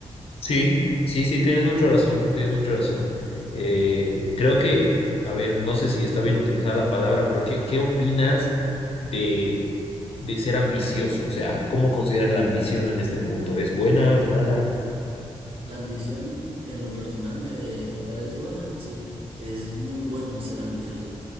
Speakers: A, on the left (about 55°); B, on the right (about 50°).
A: Sí, sí, sí, tienes mucha razón, tienes mucha razón. Eh, creo que, a ver, no sé si está bien utilizar la palabra, pero ¿qué, qué opinas de, de ser ambicioso? O sea, ¿cómo consideras la ambición en este punto? ¿Es buena, es mala?
B: La ambición en lo personal me, me parece buena, sí. Es muy bueno ser ambicioso.